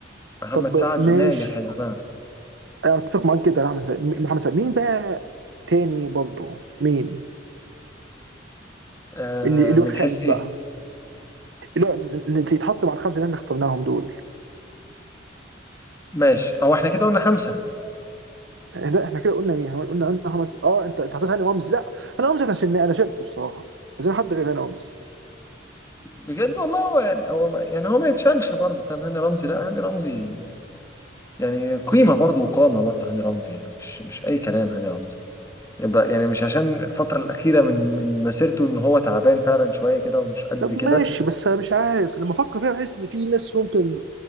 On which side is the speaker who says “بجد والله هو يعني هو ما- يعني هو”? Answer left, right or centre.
Left